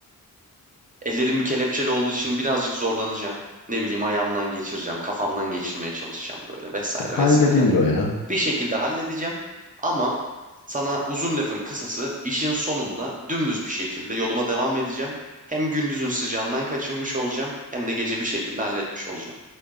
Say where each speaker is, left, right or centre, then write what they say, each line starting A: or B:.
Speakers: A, on the right; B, on the left.
A: Ellerim kelepçeli olduğu için birazcık zorlanacağım. Ne bileyim ayağımdan geçireceğim, kafamdan geçirmeye çalışacağım böyle vesaire
B: halledilir
A: vesaire.
B: o ya.
A: Bir şekilde halledeceğim. Ama sana uzun lafın kısası işin sonunda dümdüz bir şekilde yoluma devam edeceğim. Hem gündüzün sıcağından kaçınmış olacağım hem de gece bir şekilde halletmiş olacağım.